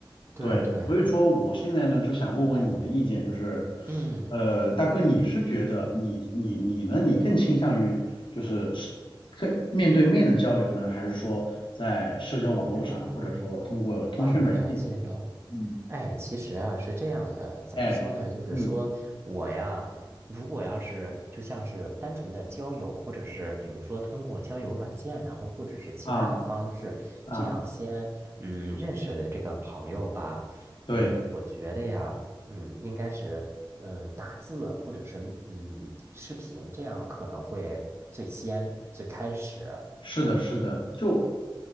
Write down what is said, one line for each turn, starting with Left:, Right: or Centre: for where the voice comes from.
Right: 对对，
Left: 对，所以说我现在呢就想问问你的意见，就是，
Right: 嗯
Left: 呃，大哥，你是觉得你你你呢，你更倾向于就是是更面对面的交流呢，还是说在社交网络上，
Right: 嗯
Left: 或者说通过通讯软件？
Right: 啊，我了解了。
Left: 嗯，
Right: 哎，其实啊是这样的，怎么说呢？
Left: 哎，
Right: 就是说我呀，
Left: 嗯
Right: 如果要是就像是单纯的交友，或者是比如说通过交友软件，然后或者是其他的方式，
Left: 啊啊，
Right: 这样先嗯认识的这个朋友吧，
Left: 对，
Right: 嗯，我觉得呀，嗯，应该是呃打字或者是嗯视频，这样可能会最先最开始。
Left: 是的，是的，就